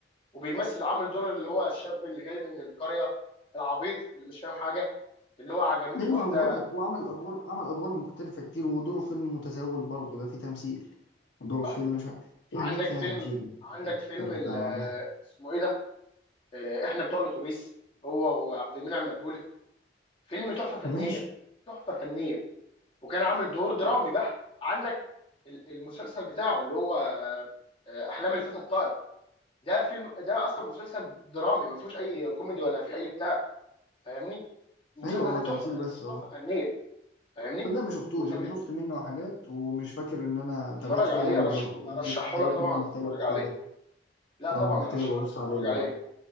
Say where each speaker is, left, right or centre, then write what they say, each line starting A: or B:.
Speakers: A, on the left; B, on the left.
A: وبيمثل عامل دور اللي هو الشاب اللي جاي من القريه العبيط اللي مش فاهم حاجه اللي هو عجبته
B: ايوه
A: واحده
B: انا بقول لك هو عمل ادوار عمل ادوار مختلفه كتير ودوره في فيلم متسول برضه ده فيه تمثيل دوره
A: تحفه
B: في فيلم مش ع- في
A: عندك
B: حاجات فيها
A: فيلم
B: تمثيل يعني
A: عندك
B: مختلف
A: فيلم ال-
B: ده مع ده.
A: اسمه ايه ده آه، احنا بتوع الاتوبيس هو وعبد المنعم مدبولي فيلم تحفه فنيه
B: ماشي
A: تحفه فنيه وكان عامل دور درامي بحت عندك ال- المسلسل بتاعه اللي هو آه، آه، احلام الفتى الطائر ده فيلم ده اصلا مسلسل درامي ما فيهوش اي كوميدي ولا في اي بتاع فاهمني المسلسل
B: ايوه هو
A: ده تحفه
B: تمثيل
A: ف-
B: بس اه
A: تحفه فنيه فاهمني
B: صدق ما شفتوش
A: وتتفرج
B: انا شفت منه حاجات ومش فاكر ان انا تابعت
A: عليه
B: فيه قوي برضه
A: أرش- ارشحه
B: يعني بس في حاجات
A: لك طبعا
B: منه محتاجه
A: تتفرج
B: ابص
A: عليه
B: عليها
A: لا طبعا
B: اه محتاجه
A: ارشحه
B: ابص
A: لك تتفرج
B: عليه والله
A: عليه